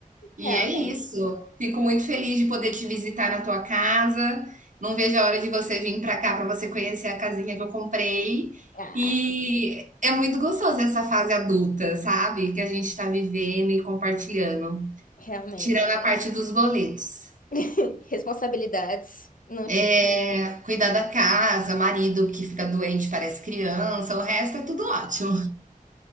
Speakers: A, on the right; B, on the left.
A: E
B: Realmente.
A: é isso. Fico muito feliz de poder te visitar na tua casa. Não vejo a hora de você vir pra cá pra você conhecer a casinha que eu comprei.
B: Ah,
A: E é muito gostoso essa fase adulta, sabe? Que a gente tá vivendo e compartilhando.
B: realmente.
A: Tirando a parte dos boletos.
B: <laughs> Responsabilidades. Não
A: É,
B: tinha.
A: cuidar da casa, marido que fica doente, parece criança, o resto é tudo ótimo.